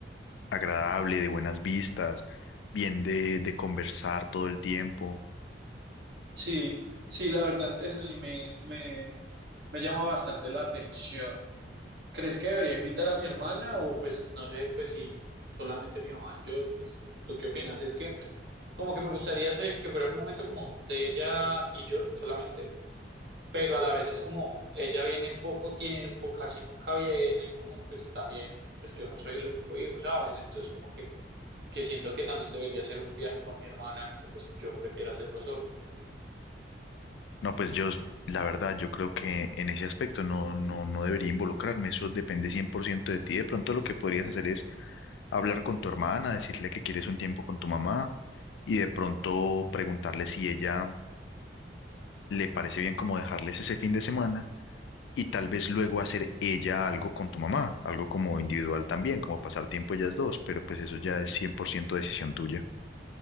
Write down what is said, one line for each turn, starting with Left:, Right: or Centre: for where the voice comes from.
Left: agradable, de buenas vistas, bien de, de conversar todo el tiempo.
Right: Sí, sí, la verdad, eso sí me, me, me llama bastante la atención. ¿Crees que debería invitar a mi hermana o pues no sé, pues si solamente mi mamá y yo, pues tú qué opinas? Es que como que me gustaría se- que fuera un momento como de ella y yo solamente, pero a la vez es como ella viene poco tiempo, casi nunca viene y como pues también, pues yo no soy el único hijo, ¿sabes? Entonces como que, que siento que también debería ser un viaje con mi hermana, aunque pues yo prefiera hacerlo solo.
Left: No, pues yo, la verdad, yo creo que en ese aspecto no, no, no debería involucrarme, eso depende 100% de ti. De pronto lo que podrías hacer es hablar con tu hermana, decirle que quieres un tiempo con tu mamá y de pronto preguntarle si ella le parece bien como dejarles ese fin de semana y tal vez luego hacer ella algo con tu mamá, algo como individual también, como pasar tiempo ellas dos, pero pues eso ya es 100% decisión tuya.